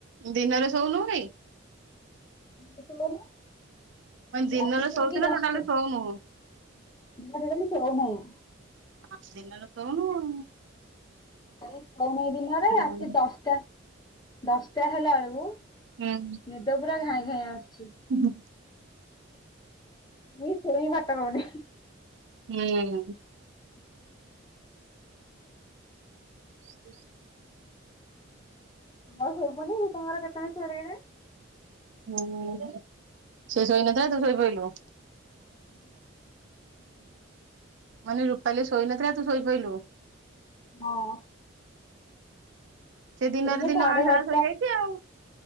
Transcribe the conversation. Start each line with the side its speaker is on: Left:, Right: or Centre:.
Right: ଦିନରେ ଶୋଉନୁ କି?
Left: କିଛି ହେଇନି
Right: ମାନେ ଦିନରେ
Left: ରାତି ଠିକ୍
Right: ଶୋଉଛୁ ନା
Left: ଦଶଟା
Right: ଟୋଟାଲି
Left: ଦିନରେ
Right: ଶୋଉନୁ?
Left: ବି ଶୋଉନାହିଁ।
Right: ଆ ଦିନରେ ଶୋଉନୁ ଆଉ।
Left: କାଲି ଶୋଉନେଇ ଦିନରେ ରାତି
Right: ପର୍ଯ୍ୟନ୍ତ।
Left: ଦଶଟା, ଦଶଟା ହେଲା ବେଳକୁ
Right: ହୁଁ
Left: ନିଦ ପୁରା ଘାଇଁ ଘାଇଁ ଆସୁଛି।
Right: <unintelligible>
Left: ମୁଇଁ ଶୋଇବି ବାଟ ପାଉନି।
Right: ହୁଁ
Left: <unintelligible>
Right: <inaudible>
Left: ମୁଁ ଶୋଇପଇଲି, ସେ ତାଙ୍କର କେତେବେଳେ ଶୋଇଲେ କେଯାଣେ।
Right: ଉଁ ହୁଁ, ସେ ଶୋଇନଥିଲା ତୁ ଶୋଇ ପଇଲୁ?
Left: <unintelligible>
Right: ମାନେ ରୂପାଲି ଶୋଇ ନଥିଲା ତୁ ଶୋଇପଇଲୁ?
Left: ହଁ
Right: ସେ
Left: ତାପରେ
Right: ଦିନରେ
Left: ମୁଁ
Right: ଦିନମାନ
Left: ସାଢେ ବାରଟା
Right: ସାରା ଶୋଇଯାଇଛି ଆଉ।